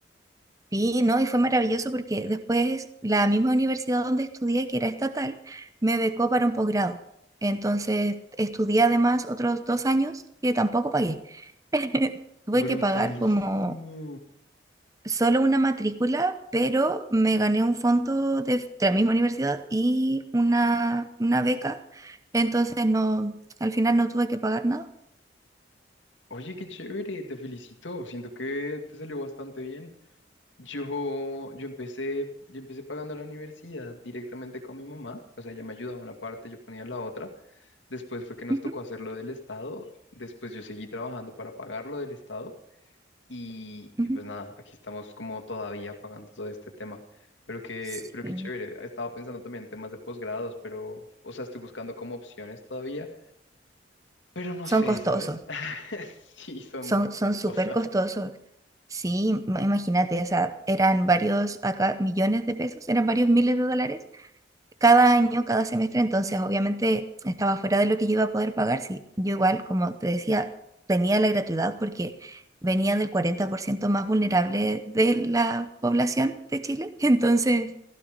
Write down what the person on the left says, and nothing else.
Brutalísimo.
Oye, qué chévere, te felicito. Siento que te salió bastante bien. Yo, yo empecé, yo empecé pagando la universidad directamente con mi mamá. O sea, ella me ayudaba una parte, yo ponía la otra. Después fue que nos
tocó hacerlo del Estado. Después yo seguí trabajando para pagarlo del Estado. Y,
y pues nada, aquí estamos como todavía pagando todo este tema. Pero qué,
pero qué chévere. Estaba pensando también en temas de posgrados, pero, o sea, estoy buscando como opciones todavía Pero no sé,
¿sabes? <laughs> Sí, son
muy costosas.